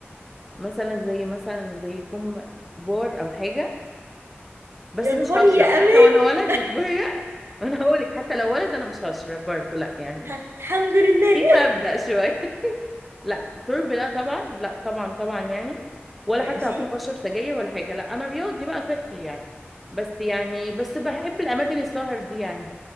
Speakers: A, in the centre; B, on the right.
A: مثلا زي مثلا زي يكون بار او حاجة بس
B: يا
A: مش
B: نهاري
A: هشرب
B: يا اماني
A: حتى وانا ولد اصبري بقى <laughs> وانا هقول لك حتى لو ولد انا مش هشرب برضه لا يعني
B: ح- الحمد لله
A: ايه مبدأ شوية <laughs> لا شرب لا طبعا لا طبعا طبعا يعني ولا
B: <laughs> ماشي
A: حتى هكون بشرب سجاير ولا حاجة لا انا رياضي بقى صحي يعني بس يعني بس بحب الاماكن السهر دي يعني